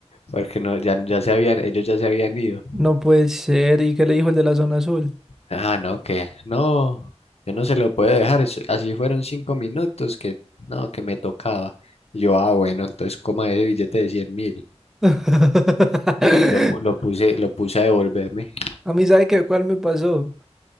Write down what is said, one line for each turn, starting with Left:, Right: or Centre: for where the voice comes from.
Left: Porque no, ya, ya se habían, ellos ya se habían ido.
Centre: No puede ser, ¿y qué le dijo el de la zona azul?
Left: Ah, no, que no, yo no se lo puedo dejar. es- Así fueron cinco minutos que no, que me tocaba. Y Yo, ah, bueno, entonces coma ese billete de cien mil.
Centre: <laughs>
Left: Lo, pu- lo puse, lo puse a devolverme.
Centre: A mí, ¿sabe qué? ¿Cuál me pasó?